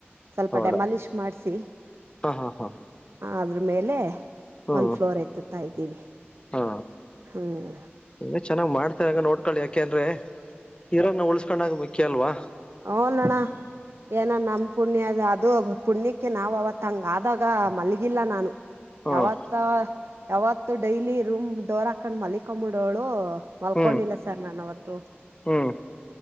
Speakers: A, on the right; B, on the left.
A: ಸ್ವಲ್ಪ
B: ಹೌದಾ
A: ಡೆಮಾಲಿಶ್ ಮಾಡ್ಸಿ
B: ಹಾ ಹಾ ಹಾ
A: ಆದ್ರ ಮೇಲೆ
B: ಹ್ಮ್
A: ಒಂದ್ ಫ್ಲೋರ್ ತ್ತತ ಇದ ಇ
B: ಹಾ
A: ಹ್ಮ್
B: ಇನ್ನು ಚೆನ್ನಾಗ್ ಮಾಡ್ ನೋಡ್ಕೊಳ್ಳಿ ಯಕೆ ಹದ್ರೆ ಇರೋರ್ನ ಉಳಿಸಸ್ಕೊಂಡ್ಗ್ಬೇಕು ಕೆಲ್ವಾ
A: ಹಓೋಣ್ಣ ಏನ ನಮ ಪುಣ್ಯದ ಅದು ಪುಣ್ಯಕ್ಕೆ ನಾವ್ ಅವತ್ ಹಂಗ ಆದಾಗ ಮಲ್ಗಿಲ್ಲ ನಾನು
B: ಹ್ಮ್
A: ಯಾವತ್ತ ಯಾವತ್ತು ಡೈಲಿ ರೂಮ್ ಡೋರ್ ಹಾಕೊಂಡ್ ಮಲ್ಲಿಕಂಬಡೋಳು ಮಲ್ಕೊಂಡಿಲ್ಲ
B: ಹ್ಮ್
A: ಸರ್ ನಾನವತ್ತು
B: ಹ್ಮ್